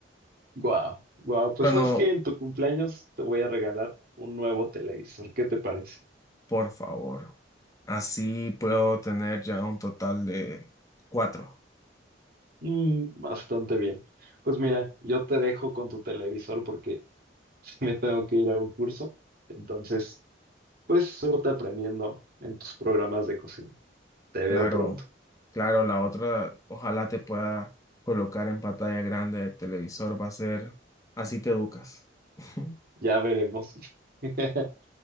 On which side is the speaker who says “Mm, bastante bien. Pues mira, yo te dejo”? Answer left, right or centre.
Right